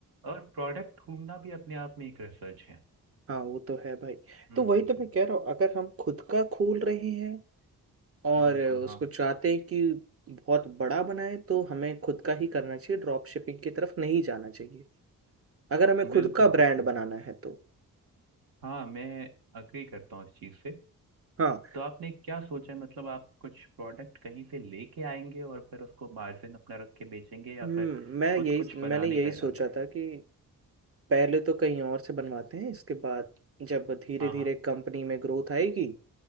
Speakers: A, on the right; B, on the right.
A: और प्रोडक्ट ढूंढना भी अपने आप में एक रिसर्च है
B: हाँ वो तो है भाई
A: हम्म
B: तो वही
A: हम्म
B: तो
A: हम्म
B: मैं कह रहा हूँ अगर हम खुद का खोल रहे हैं और
A: बिल्कुल हाँ
B: उसको चाहते हैं कि बहुत बड़ा बनाए तो हमें खुद का ही करना चाहिए ड्रॉप शिपिंग की तरफ नहीं जाना चाहिए अगर हमें खुद
A: बिल्कुल
B: का ब्रांड
A: बिल्कुल
B: बनाना है तो
A: हाँ मैं अग्री करता हूँ इस चीज़ से
B: हाँ
A: तो आपने क्या सोचा है मतलब आप कुछ प्रोडक्ट कहीं से लेके आएंगे और फिर उसको मार्जिन अपना रख के बेचेंगे या
B: हम्म,
A: फिर
B: मैं
A: खुद
B: यही
A: कुछ
B: मैंने
A: बनाने
B: यही
A: का इरादा
B: सोचा था कि पहले तो कहीं और से बनवाते हैं इसके बाद जब धीरे
A: हाँ
B: धीरे
A: हाँ
B: कंपनी में ग्रोथ आएगी